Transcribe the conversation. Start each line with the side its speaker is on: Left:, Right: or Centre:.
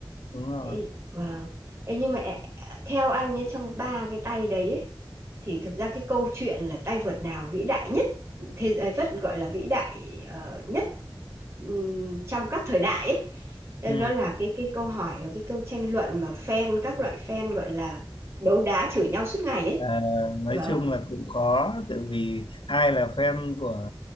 Left: đúng rồi
Right: Ê, vâng. Ê, nhưng mà ẹ- theo anh ấy trong ba cái tay đấy ấy, thì thực ra cái câu chuyện là tay vợt nào vĩ đại nhất thế giới vẫn gọi là vĩ đại ờ, nhất ừm, trong các thời đại ấy. Nên
Left: ừ.
Right: nó là cái cái câu hỏi và cái câu tranh luận mà fan các loại fan gọi là đấu đá chửi nhau suốt ngày ấy.
Left: À, nói
Right: Vâng.
Left: chung là cũng có tại vì ai là fan của